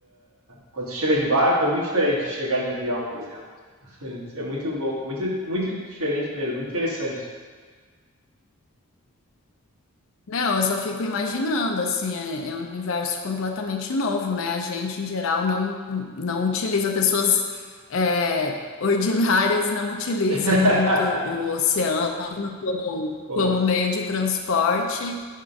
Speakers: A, on the right; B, on the left.
A: quando tu chega de barco é muito diferente de chegar de avião, por exemplo. <laughs> Isso é muito louco, muito, muito diferente mesmo, muito interessante.
B: Não, eu só fico imaginando, assim, é, é um universo completamente novo, né? A gente, em geral, não, não utiliza, pessoas é, ordinárias não utilizam
A: <laughs>
B: muito o oceano como,
A: Pois,
B: como meio de transporte.